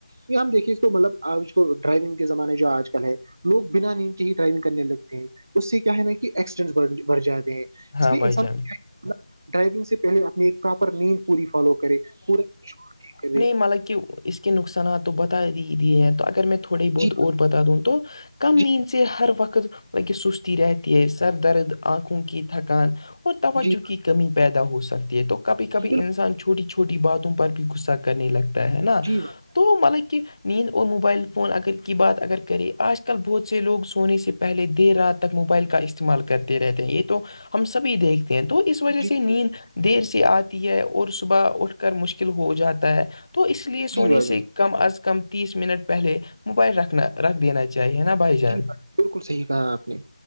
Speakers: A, on the right (about 30°); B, on the left (about 50°).
A: یہ ہم دیکھیے اس کو مطلب آج کو ڈرائیونگ کے زمانے جو آج کل ہے لوگ بنا نیند کے ہی ڈرائیونگ کرنے لگتے ہیں اس سے کیا ہے نا کہ ایکسڈینس بڑ جاتے ہیں
B: ہاں
A: اس لیے
B: بھائی
A: انسان
B: جان
A: کو ڈرائیونگ سے پہلے اپنی ایک پراپر نیند پوری فالو کرے پورا کرے
B: مطب کہ اس کے نقصانات تو بتا ہی دیے ہیں تو اگر میں تھوڑے ہی بہت
A: جی
B: اور بتا دوں تو کم
A: جی
B: نیند سے ہر وقت سستی رہتی ہے سر درد آنکھوں کی تھکان اور توجہ
A: جی بھائی جان
B: کی کمی پیدا ہو سکتی ہے تو کبھی کبھی
A: جی بالکل
B: انسان چھوٹی چھوٹی چھوٹی باتوں پر بھی غصہ کرنے لگتا ہے نا
A: جی بھائی
B: تو مطلب کہ نیند اور موبائل فون اگر کی بات اگر کرے آج کل بہت سے لوگ سونے سے پہلے دیر رات تک موبائل کا استعمال کرتے رہتے ہیں یہ تو ہم سبھی دیکھتے ہیں تو اس وجہ
A: جی
B: سے
A: بھائی
B: نیند دیر سے آتے ہے اور صبح اٹھ کر مشکل ہو جاتا ہے تو اس لیے سونے
A: جی بھائی
B: سے
A: جان
B: کم از کم کم تیس منٹ پہلے موبائلکھ رکھ دینا چاہیے نا بھائی جان
A: جی بالکل صحیح کہا آپ نے